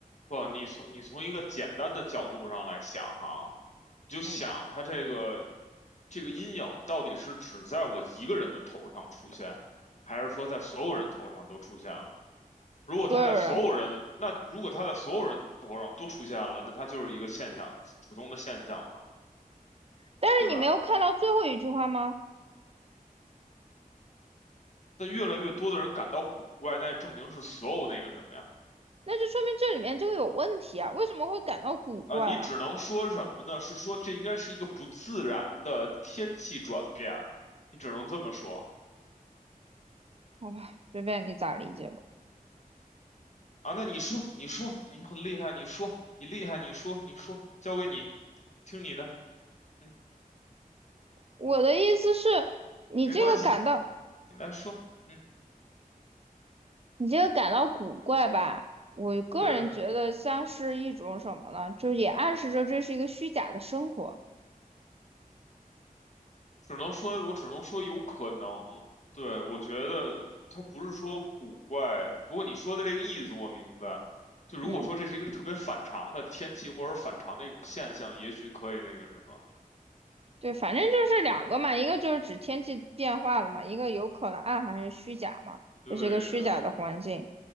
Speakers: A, on the left; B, on the right.
A: 不，你从你从一个简单的角度上来想哈，你就想他这个
B: 嗯，
A: 这个阴影到底是只在我一个人的头上出现，还是说在所有人头上都出现了？如果他在所有人，
B: 所有人，
A: 那如果他在所有人头上都出现了，那他就是一个现象，普通的现象嘛，
B: 但是你没有看到最后一句话吗？
A: 对吧？但越来越多的人感到古怪，那证明是所有那个什么呀？
B: 那就说明这里面这个有问题啊，为什么会感到古怪啊？
A: 啊、你只能说什么呢？是说这应该是一个不自然的天气转变啊，你只能这么说
B: 好吧，随便你咋理解吧。
A: 啊。那你说，你说，你很厉害，你说，你厉害，你说，你说，交给你，听你的，嗯，
B: 我的意思是，你这个感到
A: 没关系，你来说，嗯，
B: 你这个感到古怪吧？我个人觉得像是一种什么呢？
A: 对的。
B: 就是也暗示着这是一个虚假的生活。
A: 只能说，我只能说有可能。对，我觉得它不是说古怪，不过你说的这个意思我明白。就如果说这是一个特别反常的天气或者反常的一种现象，
B: 嗯，
A: 也许可以那个什么。
B: 对，反正就是两个嘛，一个就是指天气变化了嘛，一个有可能暗含是虚假嘛，
A: 对的，
B: 这是一个虚假的环境。